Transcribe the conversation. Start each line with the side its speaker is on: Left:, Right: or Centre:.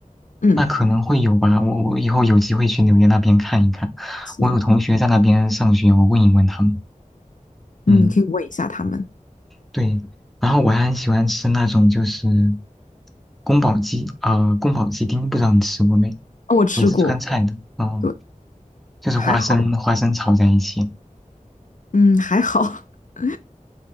Left: 嗯，
Centre: 那可能会有吧，我我以后有机会去纽约那边看一看，
Left: 行
Centre: 我有同学在那边上学，我问一问他们。嗯。
Left: 嗯，行，可以问一下他们。
Centre: 对，然后我还很喜欢吃那种就是宫保鸡，呃，宫保鸡丁，不知道你吃过没？
Left: 哦，我吃过，
Centre: 也是川菜的，哦，
Left: 对，
Centre: 就是花生花生炒在一起。
Left: 还好。嗯，还好，<laughs>